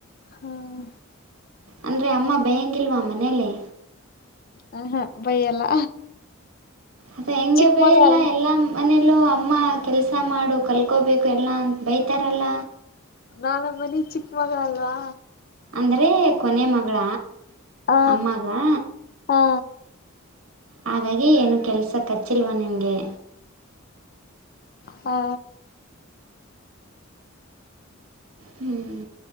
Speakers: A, on the left; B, on the right.
A: ಹ್ಮ್.
B: ಅಂದರೆ ಅಮ್ಮ ಬೇಯಂಗಿಲ್ವಾ ಮನೇಲಿ.
A: ಹ ಹಾ ಬೈಯಲ್ಲ.
B: ಅದ ಹೆಂಗೆ
A: ಚಿಕ್ಕ
B: ಬಯಲ್ಲ
A: ಮಗಳಲ್ಲ
B: ಎಲ್ಲಾ. ಮನೇಲ್ಲೂ ಅಮ್ಮ ಕೆಲಸ ಮಾಡು ಕಲ್ಕೋಬೇಕು ಎಲ್ಲ ಅಂತ ಬೈತಾರಲ್ಲ.
A: ನಾಳ ಮನೆ ಚಿಕ್ಕ ಮಗ ಅಲ್ವಾ.
B: ಅಂದ್ರೆ ಕೊನೆ ಮಗಳ.
A: ಹ
B: ಅಮ್ಮಾಗಾ.
A: ಹಾ
B: ಹಾಗಾಗಿ ಏನು ಕೆಲ್ಸ ಕಚ್ಚಿಲ್ವ ನಿಂಗೆ.
A: ಹಾ.
B: ಹ್ಮ್